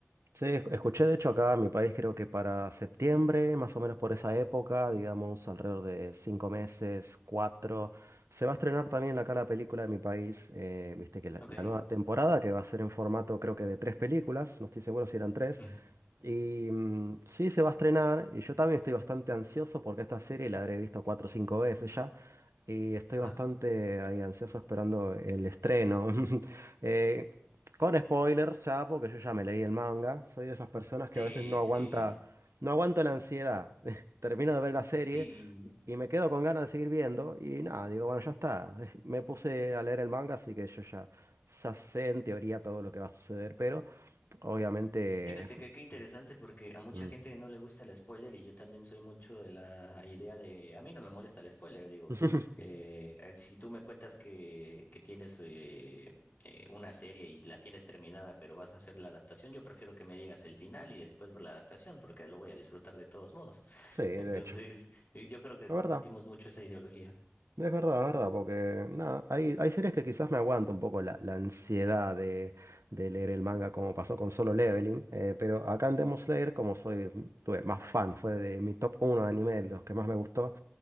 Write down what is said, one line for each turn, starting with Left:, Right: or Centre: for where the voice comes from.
Right: Sí, es- escuché de hecho acá en mi país, creo que para septiembre, más o menos por esa época, digamos alrededor de cinco meses, cuatro, se va a estrenar también acá la película de mi país, eh, viste que la,
Left: Ok.
Right: la nueva temporada que va a ser en formato creo que de tres películas, no estoy seguro si eran tres,
Left: Mm.
Right: y mm, sí se va a estrenar, y yo también estoy bastante ansioso porque esta serie la habré visto cuatro o cinco veces ya. Y estoy
Left: Ajá.
Right: bastante ahí ansioso esperando el estreno. <laughs> Eh, con spoilers ya, porque yo ya me leí el manga. Soy de esas personas que
Left: Sí,
Right: a veces no aguanta,
Left: sí, s-
Right: no aguanto la ansiedad. <laughs> Termino de ver la serie
Left: sí.
Right: y me quedo con ganas de seguir viendo. Y nada, digo, bueno, ya está. <laughs> Me puse a leer el manga, así que yo ya, ya sé en teoría todo lo que va a suceder. Pero obviamente...
Left: Fíjate que qué interesante porque a mucha
Right: mm.
Left: gente que no le gusta el spoiler y yo también soy mucho de la idea de, a mí no me molesta el spoiler, digo,
Right: <laughs>
Left: eh, eh, si tú me cuentas que, que tienes eh, eh, una serie y la tienes terminada pero vas a hacer la adaptación, yo prefiero que me digas el final y después ver la adaptación porque lo voy a disfrutar de todos modos.
Right: Sí, de
Left: Entonces,
Right: hecho.
Left: eh, yo creo que
Right: La
Left: compartimos
Right: verdad.
Left: mucho esa ideología.
Right: Es verdad, es verdad, porque nada, hay, hay series que quizás me aguanta un poco la, la ansiedad de, de leer el manga como pasó con Solo Leveling, eh, pero acá en Demon Slayer, como soy, tuve más fan, fue de mi top uno de anime, de los que más me gustó,